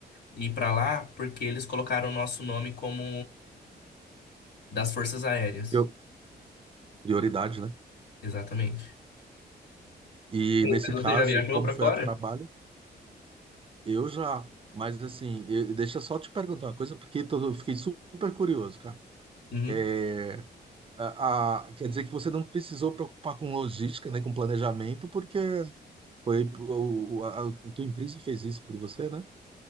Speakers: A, on the left; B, on the right.
A: e ir para lá porque eles colocaram o nosso nome como das Forças Aéreas.
B: Eu, prioridade, né?
A: Exatamente.
B: E
A: Sim,
B: nesse
A: Mas
B: caso,
A: você já viajou
B: como
A: para
B: foi
A: fora?
B: a trabalho, eu já. Mas assim, eu- deixa eu só te perguntar uma coisa, porque tô- eu fiquei super curioso, cara.
A: Uhum.
B: É, a, a- quer dizer que você não precisou preocupar com logística, nem com planejamento, porque foi o, o- a, a tua empresa fez isso por você, né?